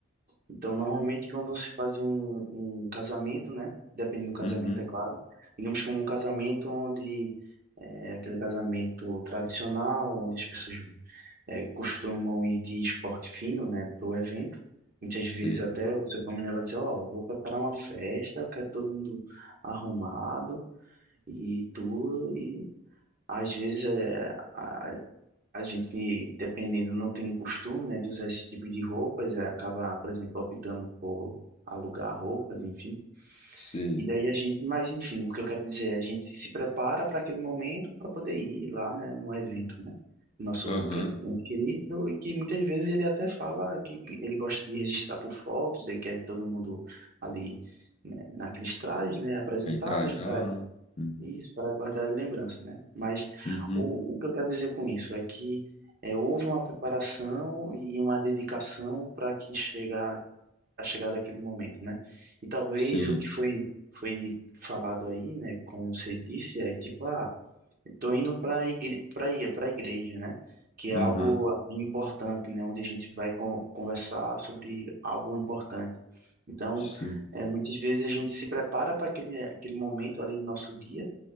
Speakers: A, on the right (about 45°); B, on the left (about 30°).
A: Então, normalmente, quando se faz um, um casamento, né? Dependendo do casamento,
B: uhum.
A: é claro. Digamos que é um casamento onde é aquele casamento tradicional, onde as pessoas é, costumam ir de esporte fino, né, para o evento. Muitas vezes
B: Sei,
A: até o seu familiar vai dizer, ó, vou preparar uma festa, eu quero todo mundo arrumado e tudo. E às vezes é, a, a gente, dependendo, não tem costume, né, de usar esse tipo de roupas, é, acaba, por exemplo, optando por alugar roupas, enfim.
B: sei.
A: E daí a gente, mas enfim, o que eu quero dizer é, a gente se prepara para aquele momento para poder ir lá, né, num evento, né? Nosso
B: Aham.
A: que- muito querido, e que muitas vezes ele até fala que ele gosta de registrar por fotos, ele quer todo mundo ali né, naqueles trajes, né, apresentáveis,
B: Bem trajado. Uhum,
A: isso, para guardar de lembrança, né? Mas
B: uhum.
A: o, o que eu quero dizer com isso é que é, houve uma preparação e uma dedicação para que chegar a chegar daquele momento, né? E talvez
B: Sim.
A: o que foi foi falado aí, né? Como você disse, é tipo, ah, estou indo para para para a igreja, né? Que é
B: Aham,
A: algo importante, né? Onde a gente vai con- conversar sobre algo importante. Então,
B: sim.
A: é, muitas vezes a gente se prepara para aquele aquele momento ali no nosso dia